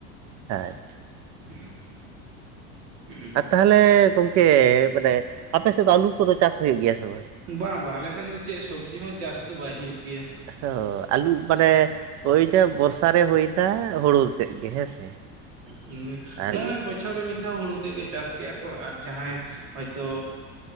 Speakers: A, on the right; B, on the right.
A: ᱦᱮᱸ
B: <unintelligible>
A: ᱟᱨ ᱛᱟᱦᱚᱞᱮ ᱜᱚᱝᱠᱮ ᱢᱟᱱᱮ ᱟᱯᱮ ᱥᱮᱫ ᱫᱚ ᱟᱹᱞᱩ ᱠᱚᱫᱚ ᱪᱟᱥ ᱦᱩᱭᱩᱜ ᱜᱮᱭᱟ ᱥᱮ ᱵᱟᱝ
B: ᱵᱟᱝ ᱵᱟᱝ ᱟᱞᱮ ᱥᱮᱱ ᱫᱚ ᱪᱮᱫ ᱥᱚᱵᱽᱡᱤ ᱦᱚᱸ ᱪᱟᱥ ᱫᱚ ᱵᱟᱭ ᱦᱩᱭᱩᱜ ᱜᱮᱭᱟ
A: ᱦᱚ ᱟᱞᱩ ᱢᱟᱱᱮ ᱱᱚᱜ-ᱚᱭ ᱡᱮ ᱵᱚᱨᱥᱟ ᱨᱮ ᱦᱩᱭᱱᱟ ᱦᱩᱲᱩᱛᱮᱫ ᱜᱮ ᱦᱮᱸᱥᱮ
B: ᱦᱮᱸ
A: ᱟᱨ
B: ᱱᱚᱜ-ᱚᱭ ᱵᱚᱪᱷᱚᱨ ᱨᱮ ᱢᱤᱫ ᱫᱷᱟᱣ ᱦᱩᱲᱩ ᱛᱮᱫ ᱜᱮ ᱪᱟᱥ ᱠᱮᱭᱟ ᱠᱚ ᱟᱨ ᱡᱟᱦᱟᱸᱭ ᱦᱚᱭᱛᱳ